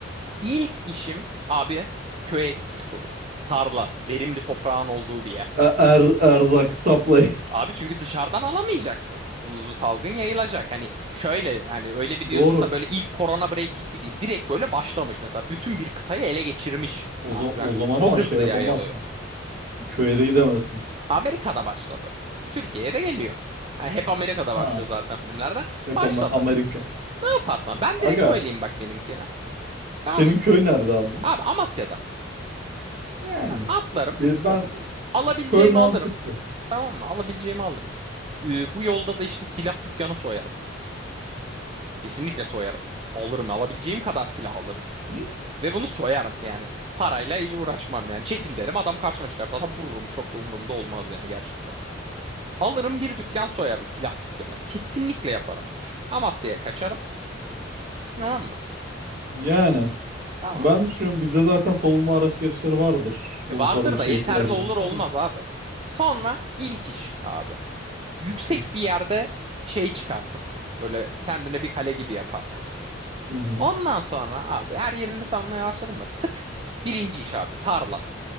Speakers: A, on the right; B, on the right.
A: ilk işim abi köye gitmek olur. Tarla, verimli toprağın olduğu bir yer.
B: E- er- erzak supply. <laughs>
A: Abi çünkü dışarıdan alamayacaksın. Bu salgın yayılacak. Hani şöyle hani öyle bir diyorsun
B: Doğru.
A: da böyle ilk korona break'i gibi değil. Direkt böyle başlamış mesela. Bütün bir kıtayı ele geçirmiş
B: O,
A: artık.
B: za- o
A: Yani
B: zaman
A: çok
B: ama
A: hızlı
B: şey yapamazsın.
A: yayılıyor.
B: Köye de gidemezsin.
A: Amerika'da başladı. Türkiye'ye de geliyor. Yani hep Amerika'da başlıyor
B: Ha.
A: zaten filmlerden.
B: Hep
A: Başladı.
B: ama Amerika.
A: Ne yaparsan ben
B: Aga
A: direkt söyleyeyim bak benimkini. Tamam
B: senin
A: mı?
B: köy nerede ama?
A: Abi Amasya'da.
B: Yani.
A: Tamam, mı? atlarım.
B: Be- Ben
A: Alabileceğimi
B: köy mantıklı.
A: alırım. Tamam mı? Alabileceğimi alırım. Ee, bu yolda da işte silah dükkanı soyarım. Kesinlikle soyarım. Alırım. Alabileceğim kadar silah alırım.
B: Hı?
A: Ve bunu soyarım yani. Parayla hiç uğraşmam yani. Çekil derim adam karşıma çıkarsa da vururum. Çok da umurumda olmaz yani gerçekten. Alırım bir dükkan soyarım silah dükkanı. Kesinlikle yaparım bu işi. Amasya'ya kaçarım. Tamam mı?
B: Yani.
A: Tamam
B: Ben
A: mı?
B: düşünüyorum bizde zaten savunma araç gereçleri vardır. O
A: E vardır
B: tarz bir şeye
A: da yeterli
B: ihtiyacım
A: olur
B: olmaz
A: olmaz
B: mı?
A: abi. Sonra ilk iş abi. Yüksek
B: Hı
A: bir yerde şey çıkartırsın. Böyle kendine bir kale gibi yaparsın.
B: hı. hı.
A: Ondan sonra abi her yerini savunmaya başladın mı? Tık birinci iş abi tarla.